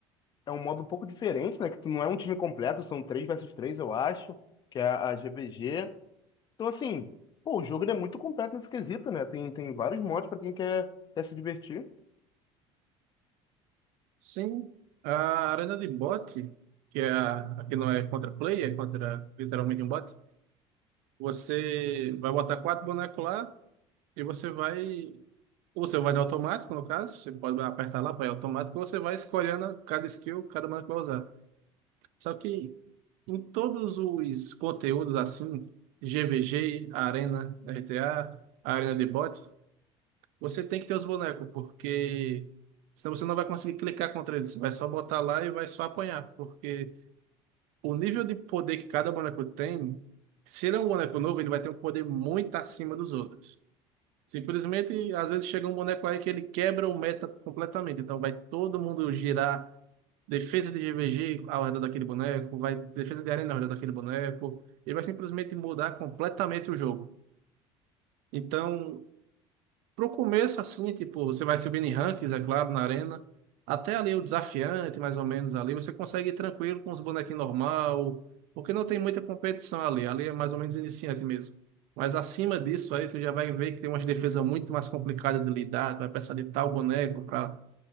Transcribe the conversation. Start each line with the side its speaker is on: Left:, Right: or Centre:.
Left: é um modo um pouco diferente, né? Que tu não é um time completo, são três versus três eu acho, que é a GVG. Então, assim, pô, o jogo ele é muito completo nesse quesito, né? Tem, tem vários modos pra quem quer, quer se divertir.
Right: Sim, a arena de bot, que é a, a que não é contra play, é contra literalmente um bot, você vai botar quatro bonecos lá E você vai. ou Você vai no automático, no caso, você pode apertar lá para ir automático, ou você vai escolhendo cada skill, cada mana que vai usar. Só que em todos os conteúdos assim, GVG, Arena, RTA, Arena de Bot, você tem que ter os bonecos, porque senão você não vai conseguir clicar contra eles. Você vai só botar lá e vai só apanhar, porque o nível de poder que cada boneco tem, se ele é um boneco novo, ele vai ter um poder muito acima dos outros. Simplesmente, às vezes chega um boneco aí que ele quebra o meta completamente. Então vai todo mundo girar defesa de GVG ao redor daquele boneco, vai defesa de arena ao redor daquele boneco. Ele vai simplesmente mudar completamente o jogo. Então, Pro começo, assim, tipo, você vai subindo em rankings, é claro, na arena. Até ali o desafiante, mais ou menos ali, você consegue ir tranquilo com os bonequinhos normal, porque não tem muita competição ali. Ali é mais ou menos iniciante mesmo. Mas acima disso aí, tu já vai ver que tem umas defesas muito mais complicadas de lidar. Tu vai precisar de tal boneco para